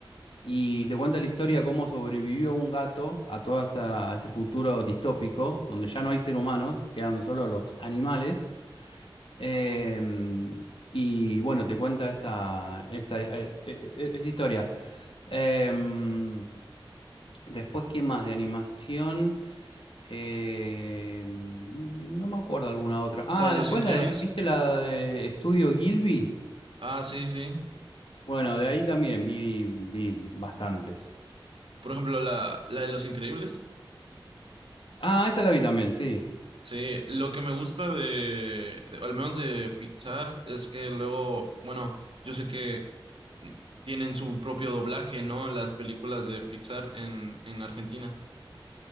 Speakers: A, on the left (about 75°); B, on the right (about 80°).
A: y te cuenta la historia de cómo sobrevivió un gato a todo esa- a ese futuro distópico, donde ya no hay seres humanos, quedan solo los animales. Em, y bueno, te cuenta esa, esa, eh, eh, eh, esa historia. Em, Después, ¿qué más de animación? Eh, no me acuerdo alguna otra. Ah,
B: La de Los
A: después
B: Increíbles.
A: la de- ¿viste la de Estudio Gilby?
B: Ah, sí, sí.
A: Bueno, de ahí también vi, vi bastantes.
B: Por ejemplo, la, la de Los Increíbles.
A: Ah, esa la vi también, sí.
B: Sí, lo que me gusta de, de- al menos de Pixar, es que luego, bueno, yo sé que mm, tienen su propio doblaje, ¿no? Las películas de Pixar en, en Argentina.